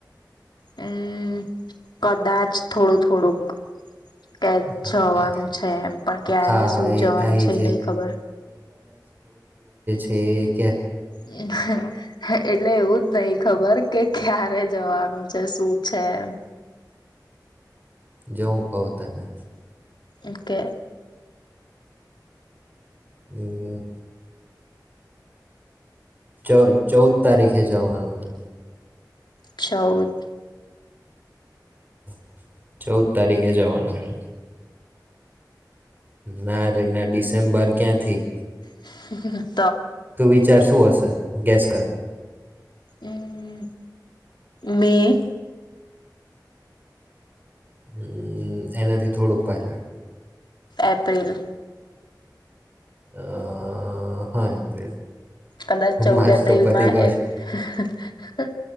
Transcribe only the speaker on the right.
હા
એ-
હા
હા એ
આ
એ જે
ઠીક.
જો હું કહું તને
હમ. ચૌ ચૌદ તારીખે જવાનું છે
<inaudible> ચૌદ તારીખે જવાનું છે. ના રે ના, ડિસેમ્બર ક્યાંથી?
તું વિચાર શું હશે? ગેસ કર.
અમ્મ, એનાથી થોડુંક પાછળ.
અહ હા એપ્રિલ.
માર્ચ
તો પતી ગયો
છે